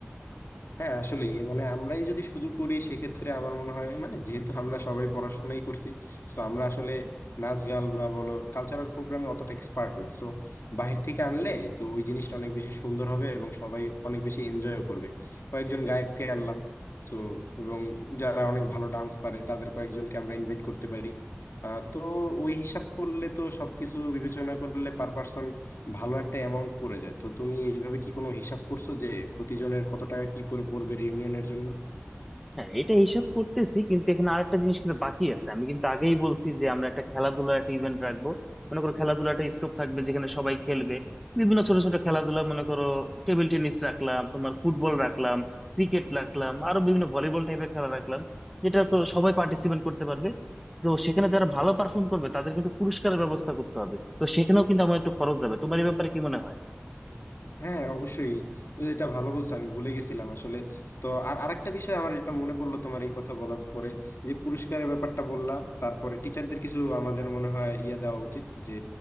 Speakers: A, on the left; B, in the centre.
A: হ্যাঁ আসলে মানে আমরাই যদি শুধু করি সেক্ষেত্রে আমার মনে হয় মানে যেহেতু আমরা সবাই পড়াশোনাই করছি তো আমরা আসলে নাচ গান বা বলো কালচারাল প্রোগ্রামে অতটা এক্সপার্ট না সো বাইরে থেকে আনলে তো ওই জিনিসটা অনেক বেশি সুন্দর হবে এবং সবাই অনেক বেশি এনজয়ও করবে কয়েকজন গায়ককে আনলাম সো এবং যারা অনেক ভালো ডান্স পারে তাদের কয়েকজনকে আমরা ইনভাইট করতে পারি আহ, তো ওই হিসাব করলে তো সবকিছু বিবেচনা করলে পার ভালো একটা অ্যামাউন্ট পড়ে যায় তো তুমি এইভাবে কি কোনো হিসাব করছো যে প্রতিজনের কত টাকা কি করে পড়বে রিউনিয়নের জন্য
B: হ্যাঁ এটা হিসাব করতেছি কিন্তু এখানে আরেকটা জিনিস কিন্তু বাকি আছে আমি কিন্তু আগেই বলছি যে আমরা একটা খেলাধুলার একটা ইভেন্ট রাখবো মনে করো খেলাধুলার একটা স্কোপ থাকবে যেখানে সবাই খেলবে বিভিন্ন ছোট ছোট খেলাধুলা মনে করো টেবিল টেনিস রাখলাম তোমার ফুটবল রাখলাম ক্রিকেট রাখলাম আরো বিভিন্ন ভলিবল টাইপের খেলা রাখলাম যেটা তো সবাই পার্টিসিপেট করতে পারবে তো সেখানে যারা ভালো পারফর্ম করবে তাদের কিন্তু পুরস্কারের ব্যবস্থা করতে হবে তো সেখানেও কিন্তু আমার একটু খরচ যাবে তোমার এই ব্যাপারে কি মনে হয়
A: হ্যাঁ অবশ্যই তো এটা ভালো বলছো আমি ভুলে গেছিলাম আসলে তো আর আরেকটা বিষয় আমার যেটা মনে পড়লো তোমার এই কথা বলার পরে যে পুরস্কারের ব্যাপারটা বললাম তারপরে টিচারদের কিছু আমাদের মনে হয় ইয়ে দেওয়া উচিত যে